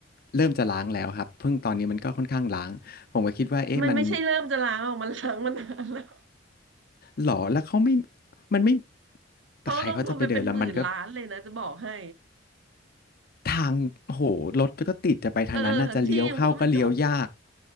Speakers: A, on the left; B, on the right.
A: เริ่มจะล้างแล้วครับเพิ่งตอนนี้มันก็ค่อนข้างล้างผมก็คิดว่าเอ๊ะมัน
B: มันไม่ใช่เริ่มจะล้างออกมันล้างมานานแล้ว
A: หรอแล้วเขาไม่ มันไม่
B: เขาลงทุนไปเป็นหมื่นล้านเลยนะ
A: แต่ใครเขาจะไปเดินแล้วมันก็
B: จะบอกให้
A: ทางโหรถก็ติดจะไปทางนั้นน่าจะเลี้ยวเข้าก็เลี้ยวยาก
B: เออพี่ยังพูดไม่จบ